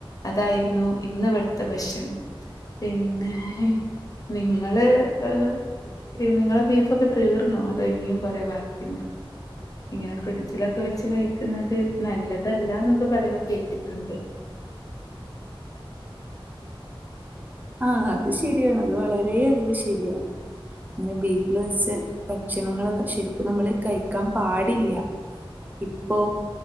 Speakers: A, on the left; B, on the right.
A: അതായിരുന്നു ഇന്ന് ഇവിടുത്തെ ഭക്ഷണം. പിന്നെ നിങ്ങള് <unintelligible> നിങ്ങളെ ബീഫൊക്കെ തീർന്നോ? അതോ ഇനിയും കൊറേ ബാക്കിയുണ്ടോ? ഇങ്ങനെ ഫ്രിഡ്ജിലൊക്കെ വെച്ച് കഴിക്കുന്നത് നല്ലതല്ല എന്നൊക്കെ പറയണെ കേട്ടിട്ടുണ്ട്.
B: ആഹ് അത് ശരിയാണ്. അത് വളരേ അധികം ശരിയാണ്. പിന്നെ വീട്ടില് വെച്ച് ഭക്ഷണങ്ങള് ശരിക്കും നമ്മള് കഴിക്കാൻ പാടില്ല്യ. ഇപ്പോ